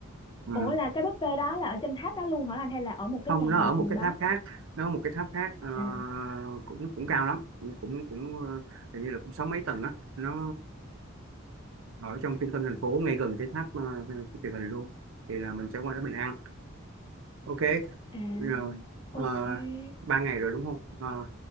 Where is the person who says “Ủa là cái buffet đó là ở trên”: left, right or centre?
Left